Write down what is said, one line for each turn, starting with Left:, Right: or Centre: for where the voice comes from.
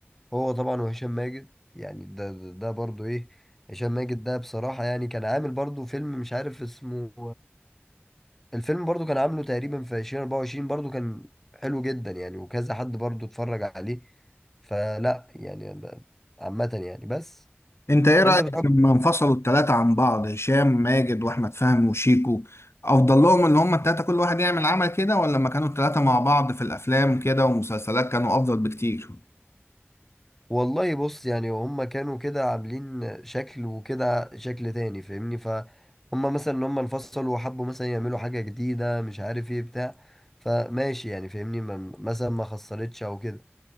Centre: هو طبعا وهشام ماجد يعني ده ده, ده برضو ايه هشام ماجد ده بصراحة يعني كان عامل برضو فيلم مش عارف اسمه الفيلم برضو كان عامله تقريبا في 2024 برضو كان حلو جدا يعني وكذا حد برضو اتفرج عليه فلا يعني ب- عامة يعني بس
Left: انت ايه رايك
Centre: انت بتحب
Left: لما انفصلوا الثلاثه عن بعض هشام ماجد واحمد فهمي وشيكو افضل لهم ان هم الثلاثه كل واحد يعمل عمل كده ولا لما كانوا الثلاثه مع بعض في الافلام كده ومسلسلات كانوا افضل بكتير
Centre: والله بص يعني هما كانوا كده عاملين شكل وكده شكل تاني فاهمني فهم مثلا ان هم انفصلوا وحبوا مثلا يعملوا حاجة جديدة مش عارف ايه بتاع فماشي يعني فاهمني ما- مثلا ما خسرتش او كده